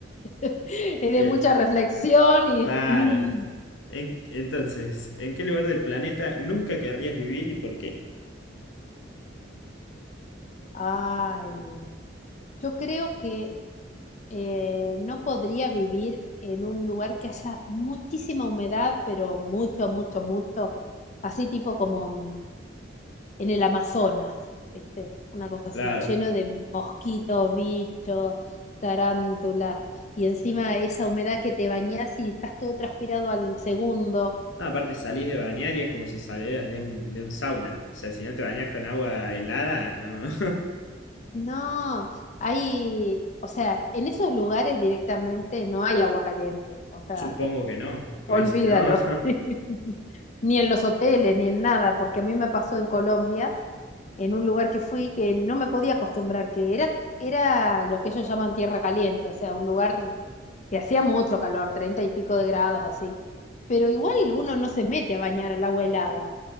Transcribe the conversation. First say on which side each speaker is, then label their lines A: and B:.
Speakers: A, on the left; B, on the left.
A: <laughs> Es
B: Bien,
A: de mucha reflexión y...
B: claro.
A: mm.
B: En- entonces, ¿en qué lugar del planeta nunca querrías vivir y por qué?
A: Ay, yo creo que eh, no podría vivir en un lugar que haya muchísima humedad, pero mucho, mucho, mucho, así tipo como mm, en el Amazonas, ¿viste? Una cosa
B: Claro.
A: así, lleno de mosquitos, bichos, tarántulas, y encima esa humedad que te bañás y estás todo transpirado al segundo.
B: No, aparte salís de bañar y es como si salieras de un, de un sauna. O sea, si no te bañas con agua helada, no. <laughs>
A: No, hay, o sea, en esos lugares directamente no hay agua caliente, o sea,
B: Supongo que no, pues
A: Olvídalo.
B: si no.
A: <laughs>
B: <laughs>
A: Ni en los hoteles, ni en nada, porque a mí me pasó en Colombia, en un lugar que fui que no me podía acostumbrar, que era, era lo que ellos llaman tierra caliente, o sea, un lugar que hacía mucho calor, treinta y pico de grados así, pero igual uno no se mete a bañar al agua helada.